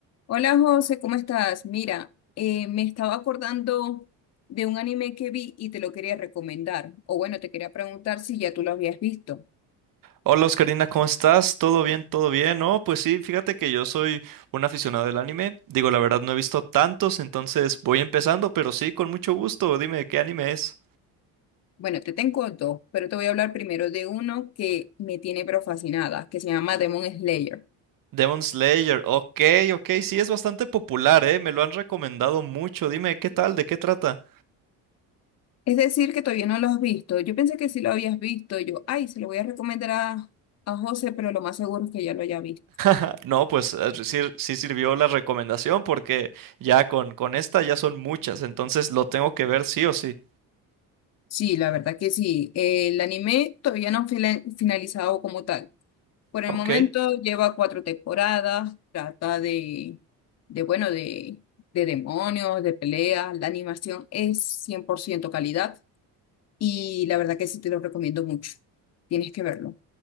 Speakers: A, on the left; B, on the right.
A: Hola José, ¿cómo estás? Mira, eh, me estaba acordando de un anime que vi y te lo quería recomendar. O bueno, te quería preguntar si ya tú lo habías visto.
B: Hola Oscarina, ¿cómo estás? ¿Todo bien? ¿Todo bien? No, pues sí, fíjate que yo soy un aficionado del anime. Digo, la verdad no he visto tantos, entonces voy empezando, pero sí, con mucho gusto. Dime, ¿qué anime es?
A: Bueno, te tengo dos, pero te voy a hablar primero de uno que me tiene pero fascinada, que se llama Demon Slayer.
B: Demon Slayer. Ok, ok, sí, es bastante popular, ¿eh? Me lo han recomendado mucho. Dime, ¿qué tal? ¿De qué trata?
A: Es decir, que todavía no lo has visto. Yo pensé que sí lo habías visto. Yo, ay, se lo voy a recomendar a, a José, pero lo más seguro es que ya lo haya visto.
B: <laughs> No, pues ah, sí, sí sirvió la recomendación porque ya con, con esta ya son muchas, entonces lo tengo que ver sí o sí.
A: Sí, la verdad que sí. El anime todavía no ha fila- finalizado como tal. Por el
B: Ok.
A: momento lleva cuatro temporadas, trata de, de bueno, de, de demonios, de peleas, la animación es 100% calidad y la verdad que sí te lo recomiendo mucho, tienes que verlo.